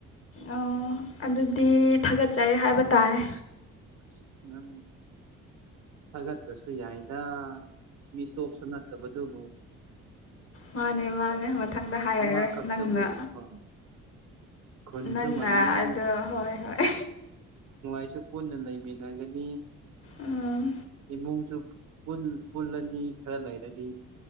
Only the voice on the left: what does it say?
ꯑꯣ ꯑꯗꯨꯗꯤ ꯊꯥꯒꯠꯆꯔꯤꯦ ꯍꯥꯏꯕ ꯇꯥꯔꯦ
ꯃꯥꯅꯦ ꯃꯥꯅꯦ ꯃꯊꯪꯗ ꯍꯥꯏꯔꯔꯣꯏ
ꯅꯪꯅ
ꯅꯪꯅ
ꯑꯗꯣ ꯍꯣꯏ ꯍꯣꯏ
ꯎꯝ